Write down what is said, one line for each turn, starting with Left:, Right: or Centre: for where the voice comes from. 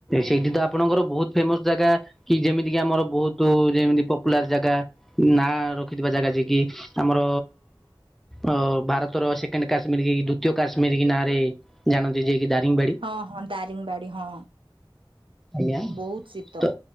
Centre: ସେଇଠିତ ଆପଣଙ୍କର ବହୁତ୍ ଫେମସ୍ ଜାଗା କି ଯେମିତିକି ଆମର ବହୁତ୍ ଯେମିତି ପପୁଲାର ଜାଗା ନାଁ ରଖିଥିବା ଜାଗା ଯିଏକିି ଆମର ଅ ଭାରତର ସେକେଣ୍ଡ କାଶ୍ମୀରକି ଦ୍ଵିତୀୟ କାଶ୍ମୀର କି ନାଁରେ ଜାଣନ୍ତି ଯିଏକି ଦାରିଙ୍ଗିବାଡ଼ି।
Right: ହଁ ହଁ ଦାରିଙ୍ଗିବାଡ଼ି ହଁ
Centre: ଆଜ୍ଞା
Right: ବହୁତ୍ ଶୀତ।
Centre: ତ